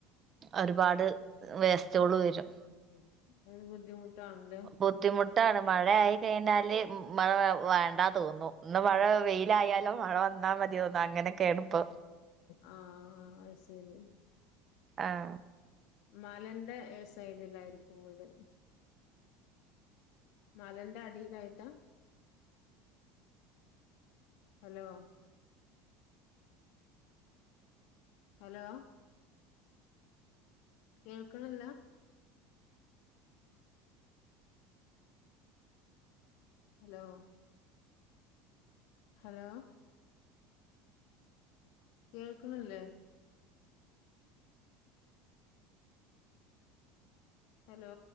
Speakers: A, on the right (about 35°); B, on the left (about 60°).
A: ഒര് പാട് വേസ്റ്റോള് വരും
B: ഉം അത് ബുദ്ധിമുട്ട് ആണല്ലേ
A: ബുദ്ധിമുട്ടാണ് മഴയായി കഴിഞ്ഞാല് മഴ വേണ്ട തോന്നും ഇന്ന് മഴ വെയ്ലായാലും മഴ വന്നാ മതി അങ്ങനെക്കെണ് ഇപ്പൊ
B: ആഹ് അത് ശരി
A: ആഹ്
B: മലന്റെ സൈഡിലായിരിക്കും വീട് മലന്റെ അടിലായിട്ടാ ഹലോ ഹലോ കേൾക്ക്‌ണില്ല ഹലോ ഹലോ കേൾക്ക്‌ണില്ലേ ഹലോ